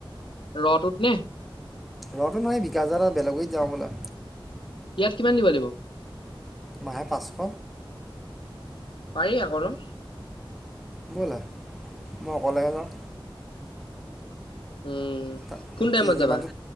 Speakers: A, on the left (about 70°); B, in the centre.
A: ৰটোত নে
B: ৰ'দো নহয় ভকাদা বেলেগৰীত যাওঁ বোলে।
A: ইয়াত কিমান দিব লাগিব।
B: মাহে পাঁচশ, -
A: পাৰি আকচোন।
B: ব'লা মই অকলেহে যাওঁ।
A: উম
B: তা-
A: কোন টাইমত
B: যি- যিমানটো
A: যাবা